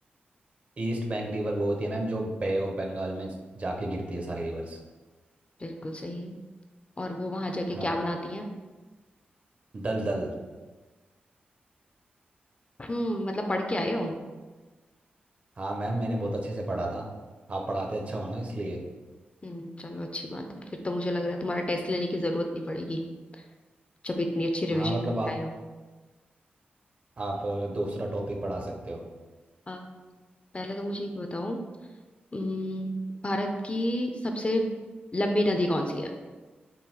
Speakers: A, on the right; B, on the left.
A: ईस्ट बैंक रिवर वो होती है मैम जो बे ऑफ बंगाल में ज- जाके गिरती है सारी रिवर्स
B: बिल्कुल सही और वो वहां जाके
A: हाँ
B: क्या बनाती है
A: दल दल
B: हम्म मतलब पढ़ के आए हो
A: हाँ मैम मैंने बहुत अच्छे से पढ़ा था आप पढ़ाते अच्छा हो ना इसलिए
B: हम्म चलो अच्छी बात है फिर तो मुझे लग रहा है तुम्हारा टेस्ट लेने की जरूरत नहीं पड़ेगी जब इतनी अच्छी रिवीजन
A: हाँ मतलब
B: करके
A: आप
B: आए हो
A: आप अ, दूसरा टॉपिक पढ़ा सकते हो
B: अ, पहले तो मुझे ये बताओ अम्म, भारत की सबसे लंबी नदी कौन सी है